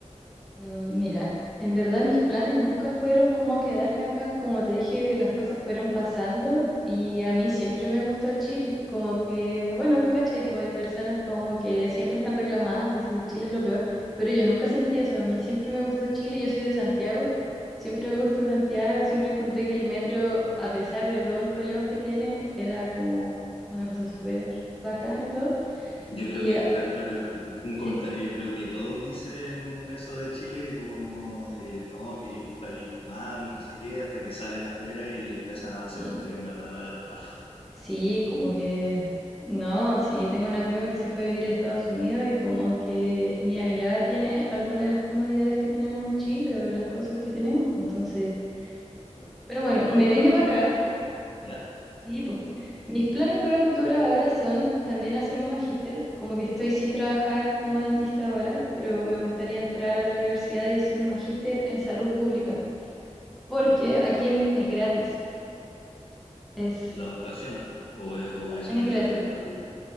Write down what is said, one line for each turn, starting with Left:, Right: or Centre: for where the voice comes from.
Centre: Mm, Mira, en verdad mis planes nunca fueron como quedarme acá, como te dije, las cosas fueron pasando y a mí siempre me gustó Chile, como que, bueno, tú cachai, pues hay personas como que siempre están reclamando, dicen Chile es lo peor, pero yo nunca sentí eso, a mí siempre me gustó Chile, yo soy de Santiago, siempre me gustó Santiago, siempre encontré que el metro, a pesar de todos los problemas que tiene, era como una cosa súper bacán y todo,
Left: Yo
Centre: y
Left: creo que,
Centre: eh,
Left: per- per- eh, un comentario,
Centre: sí.
Left: yo creo que todos dicen eso de Chile, como, eh, no, que el país malo y no sé qué, hasta que salen afuera y empiezan a darse
Centre: sí.
Left: cuenta que en verdad no era tan malo.
Centre: Sí, como que no, sí, tengo una prima que se fue a vivir a Estados Unidos y como que ni allá tiene alguna de las comodidades que tenemos en Chile o de las cosas que tenemos. pues, Entonces,
Left: Claro.
Centre: pero bueno,
Left: No
Centre: me
Left: valoramos
Centre: vine
Left: al
Centre: para
Left: país
Centre: acá.
Left: hasta que estamos afuera. ¿Ya?
Centre: Sí, pues. Mis planes para el futuro ahora son también hacer un magíster, como que estoy sin trabajar como dentista ahora, pero me gustaría entrar a la universidad y hacer un magíster en salud pública, porque
Left: Ya.
Centre: aquí es, es gratis, es,
Left: La educación, o, e- o ese
Centre: es
Left: magíster
Centre: gratis.
Left: en particular.